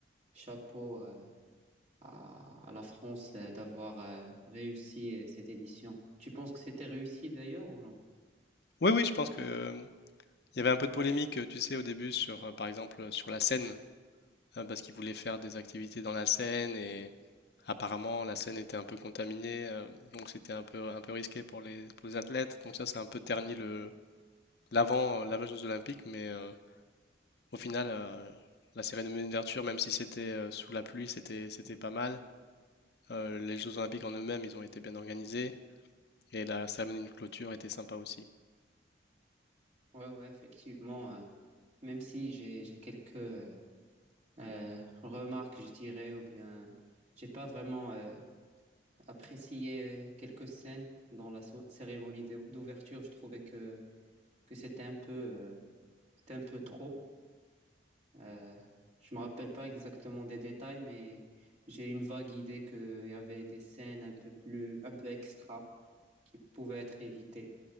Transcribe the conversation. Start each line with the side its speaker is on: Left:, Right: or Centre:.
Right: chapeau euh, à, à la France euh, d'avoir euh, réussi euh, cette édition. Tu penses que c'était réussi d'ailleurs ou non?
Left: Oui, oui, je pense que euh, il y avait un peu de polémique, euh, tu sais, au début sur, euh, par exemple, euh, sur la Seine, euh, parce qu'ils voulaient faire des activités dans la Seine et apparemment la Seine était un peu contaminée, euh, donc c'était un peu un peu risqué pour les pour les athlètes. Donc ça, ça a un peu terni le l'avant euh, l'avant des Jeux Olympiques, mais euh, au final, euh, la cérémonie d'ouverture, même si c'était euh, sous la pluie, c'était c'était pas mal. Euh, les Jeux Olympiques en eux-mêmes, ils ont été bien organisés. Et la cérémonie de clôture était sympa aussi.
Right: Ouais, ouais, effectivement. euh, même si j'ai j'ai quelques euh, euh, remarques, je dirais, ou bien j'ai pas vraiment euh, apprécié quelques scènes dans la so- cérémonie d'ou- d'ouverture. Je trouvais que que c'était un peu euh, c'était un peu trop. Euh, je me rappelle pas exactement des détails, mais j'ai une vague idée qu'il y avait des scènes un peu plus un peu extra qui pouvaient être évitées.